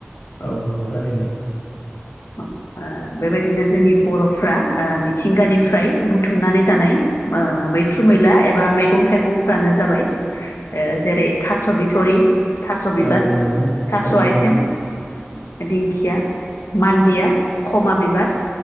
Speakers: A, on the left; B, on the left.
A: औ नंगौ थारैनो।
B: ओ बेबायदिनो जोंनि बर'फ्रा ओ मिथिंगानिफ्राय बुथुमनानै जानाय ओ मैथ्रु मैला एबा मैगं थाइगंफोरानो जाबाय ओ जेरै थास' बिथ'रि थास' बिबार
A: औ नंगौ
B: थास'
A: थारैनो
B: आयथें दिंखिया मान्दिया खमा बिबार